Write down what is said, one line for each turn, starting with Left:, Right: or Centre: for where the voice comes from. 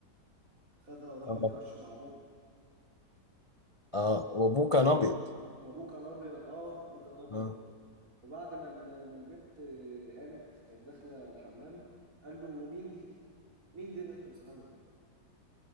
Right: خدها وراحوا
Left: آه
Right: يتعشوا مع ابوه
Left: آه وأبوه كان أبيض
Right: ابوه كان ابيض اه ابوه كان ابيض
Left: آه
Right: وبعد ما ال- ما البت آه، قامت كانت داخله الحمام قال له مين دي مين دي اللي انت مصاحبها